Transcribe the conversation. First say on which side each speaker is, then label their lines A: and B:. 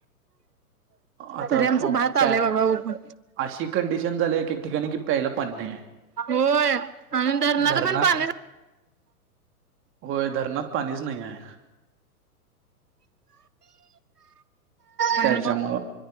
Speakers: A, on the right (about 25°); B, on the right (about 75°).
A: आता
B: तरी आमच
A: प
B: भात
A: प्या
B: आलाय बाबा उगून.
A: अशी कंडिशन झाल्या एक एक ठिकाणी की प्यायला पाणी नाहीय.
B: होय आणि धरणाच
A: धरणात
B: पण पाणी
A: होय धरणात पाणीच नाहीय.
B: म
A: त्याच्यामुळं